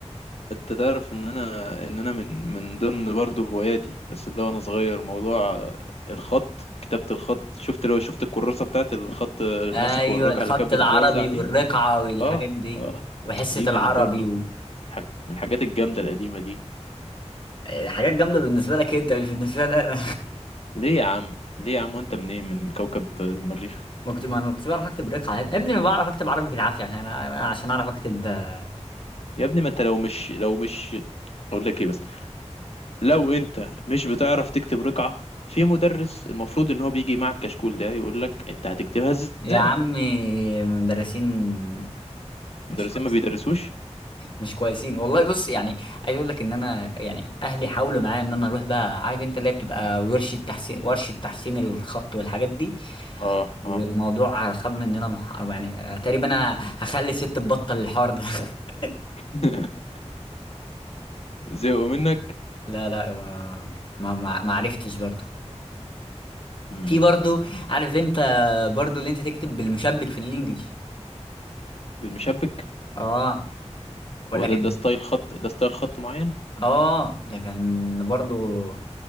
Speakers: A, on the left (about 60°); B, on the left (about 45°).
A: انت تعرف ان انا ان انا من من ضمن برضه هواياتي بس ده وانا صغير موضوع الخط كتابة الخط شفت لو شفت الكراسة بتاعت الخط النسخ
B: ايوه
A: والرقعة
B: الخط
A: اللي كانت
B: العربي
A: بتتوزع دي
B: والرقعه والحاجات
A: اه
B: دي
A: اه
B: وحصه
A: دي
B: العربي
A: من برضه
B: و...
A: حاج من الحاجات الجامدة القديمة دي
B: حاجات جامده بالنسبه لك انت مش بالنسبه لي انا
A: ليه يا عم ليه يا عم وانت منين من كوكب المريخ
B: <laughs> ما كنت ما انا ما كنتش بعرف اكتب رقعه يا ابني انا بعرف اكتب عربي بالعافيه عشان انا أنا عشان اعرف اكتب آه،
A: يا ابني ما انت لو مش لو مش اقول لك ايه بس لو انت مش بتعرف تكتب رقعة في مدرس المفروض ان هو بيجي مع الكشكول ده يقول لك انت هتكتبها ازاي
B: يا عمي مدرسين مش
A: المدرسين
B: كويسين
A: ما بيدرسوش
B: مش كويسين والله بص يعني عايز اقول لك ان انا يعني اهلي حاولوا معايا ان انا اروح بقى عارف انت اللي هي بتبقى ورشه تحسين ورشه تحسين الخط والحاجات دي
A: اه
B: والموضوع
A: اه
B: خاب مننا مح... يعني تقريبا انا هخلي ست تبطل الحوار ده <laughs>
A: <laughs> زهقوا منك
B: لا لا ما ما ما ما عرفتش برضو
A: امم
B: في برضو عارف انت برضو اللي انت تكتب بالمشبك في الانجليش
A: بالمشبك
B: اه ولا
A: هو ده
B: كان
A: ده ستايل خط ده ستايل خط معين
B: اه ده كان برضو